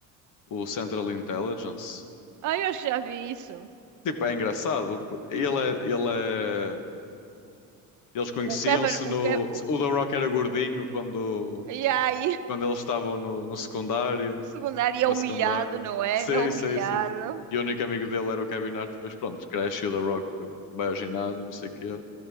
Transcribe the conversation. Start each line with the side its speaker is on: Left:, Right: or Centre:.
Left: o Central Intelligence.
Right: Ah, eu acho que já vi isso.
Left: Tipo, é engraçado. por- Ele é, ele é Eles conheciam-se
Right: O Kevin,
Left: no.
Right: o Kevin, o...
Left: O The Rock era gordinho quando,
Right: e aí,
Left: quando eles estavam no, no secundário,
Right: <laughs> o secundário é
Left: na
Right: humilhado,
Left: secundária.
Right: não é?
Left: Sim,
Right: É humilhado,
Left: sim, sim. E o único amigo dele era o Kevin Hart. Depois, pronto, cresce e o The Rock vai ao ginásio, e não sei o quê.